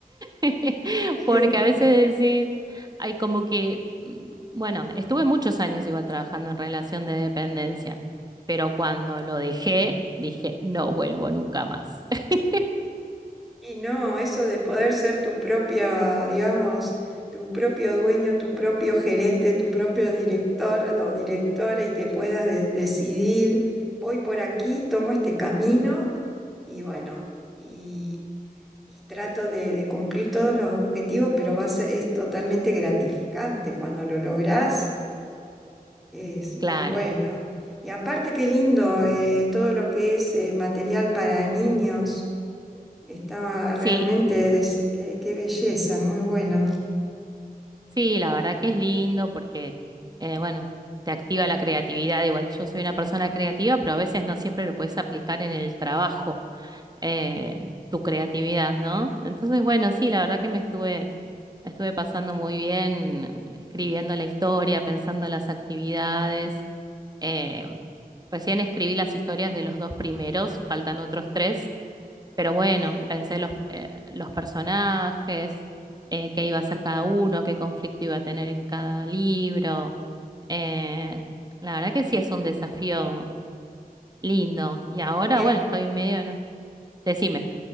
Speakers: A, on the right; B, in the centre.
A: <laughs>
B: <laughs>
A: Porque a veces decís, hay como que, mm, bueno, estuve muchos años igual trabajando en relación de dependencia, pero cuando lo dejé, dije, no vuelvo nunca más. <laughs>
B: Y no, eso de poder ser tu propia, digamos, tu propio dueño, tu propio gerente, tu propio director o directora y que puedas de- decidir, voy por aquí, tomo este camino y bueno, y, y trato de, de cumplir todos los objetivos, pero va a ser, es totalmente gratificante. Cuando lo lográs, es muy
A: Claro,
B: bueno. Y aparte, qué lindo eh, todo lo que es eh, material para niños. Estaba
A: sí,
B: realmente, des- qué, qué belleza, muy bueno.
A: sí, la verdad que es lindo porque, eh, bueno, te activa la creatividad. Igual yo soy una persona creativa, pero a veces no siempre lo puedes aplicar en el trabajo. eh, tu creatividad, ¿no? Entonces, bueno, sí, la verdad que me estuve, estuve pasando muy bien escribiendo la historia, pensando las actividades. Eh, recién escribí las historias de los dos primeros, faltan otros tres, pero bueno,
B: Sí.
A: pensé los, eh, los personajes, eh, qué iba a hacer cada uno, qué conflicto iba a tener en cada libro. Eh, la verdad que sí es un desafío lindo. Y ahora,
B: Y el,
A: bueno, estoy medio en... Decime.